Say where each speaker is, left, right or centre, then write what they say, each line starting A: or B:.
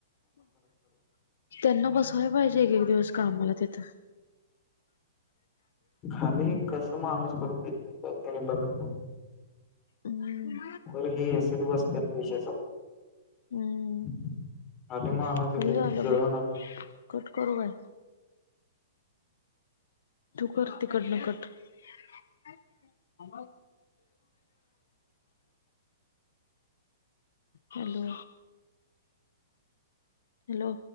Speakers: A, on the left; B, on the left.
A: त्यांना बसवाय पाहिजे एक एक दिवस काम मला तिथं...
B: खाली कसं माणूस करतोय त्यानी बघत...
A: हम्म
B: तर ही ए सी त बसत्यात विषय संपला....
A: हम्म
B: खाली मानू
A: किती
B: एवडे
A: झालं
B: ज
A: बघ
B: ना...
A: कट करू काय तू कर तिकडनं कट... हा मग... हॅलो.. हॅलो...